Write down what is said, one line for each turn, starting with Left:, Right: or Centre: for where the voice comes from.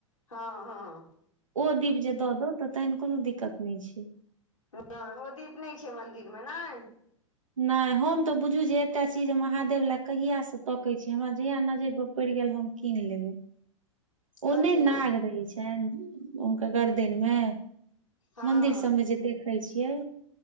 Left: हँ हँ
Right: ओ दीप जे दऽ दो तऽ तहन कोनो दिक्कत नहि छै।
Left: नहि ओ दीप नहि छै मन्दिर मे नहि।
Right: नहि हम तऽ बुझू जे एकटा चीज महादेव लए कहियासँ तकै छी हमरा जहिया नजरि पर पड़ि गेल हम कीन लेबै। ओनय
Left: कथी
Right: नाग रहै छनि। ओके गरदन मे
Left: हँ
Right: मदिर सब में जे देखे छियै।